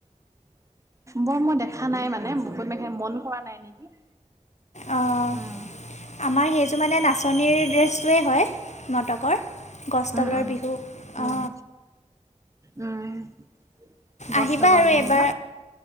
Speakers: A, on the right; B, on the left.
A: বাৰু মই দেখা নাই মানে <unintelligible> মন কৰা নাই নেকি।
B: অঁ
A: উম।
B: আমাৰ সেইযোৰ মানে নাচনীৰ ড্ৰেছটোৱেই হয় নাটকৰ। গছতলৰ
A: উম উম
B: বিহু।
A: উম
B: অ।
A: উম গছ
B: আহিবা
A: তলৰ
B: আৰু
A: বিহু
B: এবাৰ
A: ন।